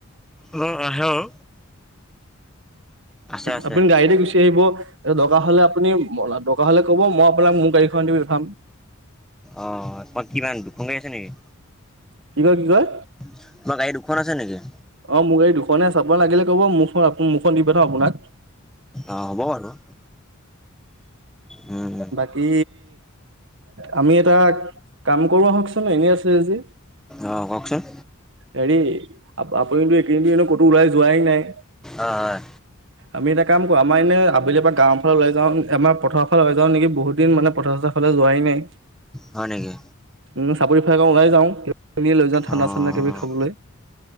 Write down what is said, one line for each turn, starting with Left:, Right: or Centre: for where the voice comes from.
Centre: অ, আহে আও। আছে আছে
Right: আপুনি গাড়িতে গুচি আহিব। এই দৰকাৰ হ'লে আপুনি, দৰকাৰ হ'লে ক'ব মই আপোনাক মোৰ গাড়ীখন দি পঠাম।
Centre: আহ তোমাক কিমান দুখন গাড়ী আছে নেকি?
Right: কি কয়, কি কয়?
Centre: তোমাৰ গাড়ী দুখন আছে নেকি?
Right: অ, মোৰ গাড়ী দুখনে আছে আপোনাক লাগিলে ক'ব মোৰখন মোৰখন দি পঠাও আপোনাক।
Centre: অঁ', -হ'ব বাৰু, উম-উম।
Right: কি, আমি এটা কাম কৰো আহকচোন এনেই আছে যদি।
Centre: অঁ', কওঁকচোন?
Right: হেৰি আপুনিতো এইেকেইদিনতো এনেও ক'তো ওলাই যোৱাই নাই।
Centre: অ' হয়।
Right: আমি এটা কাম কৰোঁ আমাৰ এনেই আবেলিৰ এপাক গাঁওৰ ফালে ওলাই যাওঁ আমাৰ পথাৰ- ফালে ওলাই যাওঁ নেকি বহুত দিন মানে পথাৰ-চথাৰ ফালে যোৱাই নাই।
Centre: হয় নেকি
Right: উম' চাপৰি ফালেকে ওলাই যাওঁ কিবা-কিবি লৈ যাওঁ ঠাণ্ডা-চাণ্ডা
Centre: অ',
Right: কিবা খাবলৈ।